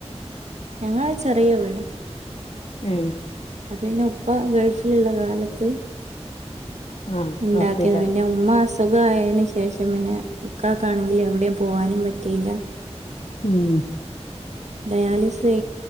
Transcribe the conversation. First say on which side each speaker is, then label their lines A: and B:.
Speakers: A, on the right (about 80°); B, on the left (about 65°).
A: ഞങ്ങള ചെറിയ വീടാ
B: ഉം
A: അതെന്ന ഉപ്പ ഗൾഫിലുള്ള കാലത്ത്
B: ആഹ്
A: ഉണ്ടാക്കിയത
B: നടത്തേക്കാരം
A: പിന്നെ ഉമ്മ സ് സുഖായേന് ശേ ശേഷം പിന്നെ ഇക്കാക്കാണെങ്കിൽ എവിടെയും പോവാനും പറ്റിയില്ല
B: ഉം
A: ഡയാലിസിസ്